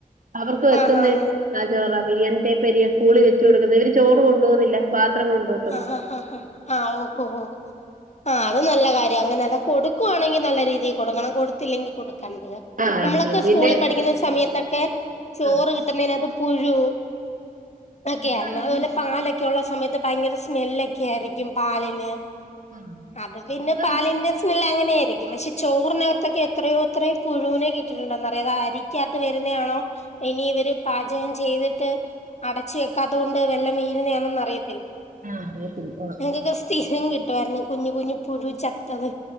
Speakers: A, on the right; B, on the left.
A: അവർക്ക് വെക്കുന്ന
B: ആഹ് ഹാ ഹാ
A: ആ ചോറാ ബിരിയാണി ടപ്പരിയ സ്കൂളി വെച്ച് കൊടുക്കുന്നേ ഇവര് ചോറ് കൊണ്ട് പോകുന്നില്ല പാത്രം കൊണ്ടോവും
B: ആഹ് ആഹ് ഓഹോ ഓഹോ ആഹ് അത് നല്ല കാര്യ അങ്ങനെ അതാ കൊടുക്കുവാണെങ്കിൽ നല്ല രീതിയിൽ കൊടുക്കണം കൊടുത്തില്ലെങ്കിൽ കൊടുക്കാണ്ടാ-
A: ആഹ്
B: നമ്മളൊക്കെ
A: അതെ പിന്നെ
B: സ്കൂളിൽ പഠിക്കുന്ന സമയത്തൊക്കെ ചോറ്
A: ആഹ്
B: കിട്ടുന്നതിനതിനകത്ത് പുഴു- എന്നെക്കായ
A: ഇപ്പ അതൊന്നുമില്ല
B: വല്ല പാലൊക്കെ ഉള്ള സമയത്ത് ഭയങ്കര സ്മെല്ലൊക്കെ ആയിരിക്കും പാലിന്
A: ആഹ്
B: അത് പിന്നെ
A: ഇപ്പൊ
B: പാലിന്റെ
A: ഇവർക്ക്
B: സ്മെല്ല് അങ്ങനെ ആയിരിക്കും പക്ഷെ- ചോറിനകത്തൊക്കെ എത്രയോ എത്രയോ പുഴുവിനെ കിട്ടിട്ടുണ്ടന്നറിയോ അരിക്കകത്ത് വരുന്നയാണോ- ഇനി ഇവര് പാചകം ചെയ്തിട്ട് അടച്ച് വെക്കാത്ത കൊണ്ട് വെല്ലോം വീഴുന്നതാണോന്ന് അറിയത്തില്ല
A: ആഹ് അറിയത്തില്ല ആഹ്
B: ഞങ്ങക്കൊക്ക സ്ഥിരം കിട്ടുവാരുന്നു കുഞ്ഞു കുഞ്ഞു പുഴു ചത്തത്